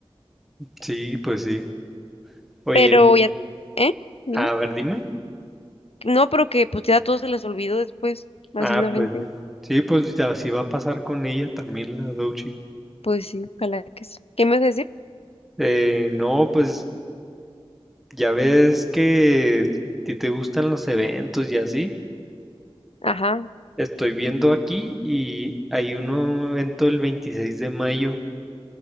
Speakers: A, in the centre; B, on the left (about 80°).
A: sí, pues sí. Oye,
B: Pero ya, ¿eh? Dime.
A: a ver, dime.
B: No, pero que pues ya a todos se les olvidó después, así
A: Ah,
B: la
A: pues
B: gente.
A: sí. Sí, pues ya así va a pasar con ella también la Dochi.
B: Pues sí, ojalá que sí. ¿Qué me vas a decir?
A: Eh, no, pues ya ves que a te gustan los eventos y así.
B: Ajá.
A: Estoy viendo aquí y hay un evento el 26 de mayo,